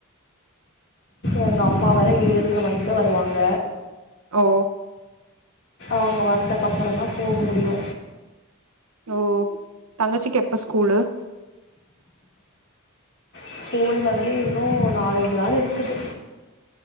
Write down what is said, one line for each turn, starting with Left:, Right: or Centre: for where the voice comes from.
Left: எங்க அம்மா வேற ஏழ்ர மணிக்கு தா வருவாங்க
Right: ஓ
Left: வாங்க வாங் ந்தக்கப்பறந்தா போ பண்ண முடியு
Right: ஓ தங்கச்சிக்கு எப்ப ஸ்கூலு
Left: ஸ்கூல் வந்து இன்னு நாலஞ்சு நாள் இருக்கு